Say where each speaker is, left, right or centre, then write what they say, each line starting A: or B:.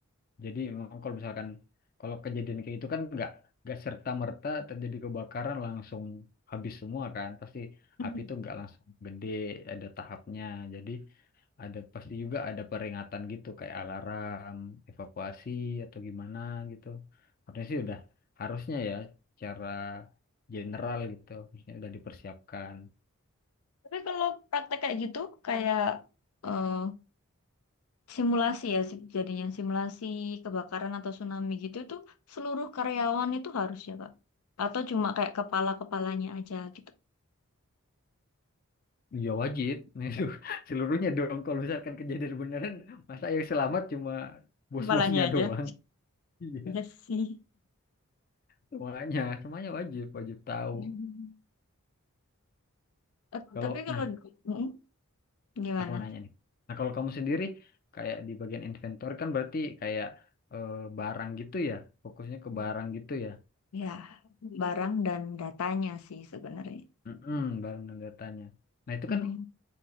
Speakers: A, on the left; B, on the left.
A: Jadi memang kalau misalkan kalau kejadian kayak itu kan nggak nggak serta merta terjadi kebakaran langsung habis semua kan. Pasti
B: <laughs>
A: api itu nggak langsung gede, ada tahapnya. Jadi ada pasti juga ada peringatan gitu kayak alarm, evakuasi atau gimana gitu. Harusnya sih udah harusnya ya cara general gitu, harusnya udah dipersiapkan.
B: Tapi kalau praktek kayak gitu, kayak eh, simulasi ya, si- jadinya simulasi kebakaran atau tsunami gitu, itu seluruh karyawan itu harus ya, Kak? Atau cuma kayak kepala-kepalanya aja gitu?
A: Ya wajib, <laughs> itu seluruhnya dong. Kalau misalkan kejadian beneran, masa yang selamat cuma bos-bosnya
B: Kepalanya aja.
A: doang. <laughs> Iya,
B: Iya sih.
A: semuanya, semuanya wajib, wajib tahu.
B: <laughs> Eh,
A: Kalau
B: tapi kalau
A: nah
B: Mm, gimana?
A: Aku mau nanya nih. Nah, kalau kamu sendiri kayak di bagian inventor kan berarti kayak eh, barang gitu ya, fokusnya ke barang gitu ya.
B: Ya, barang dan datanya sih sebenarnya.
A: Mm-mm, barang dan datanya. Nah, itu
B: Mhm.
A: kan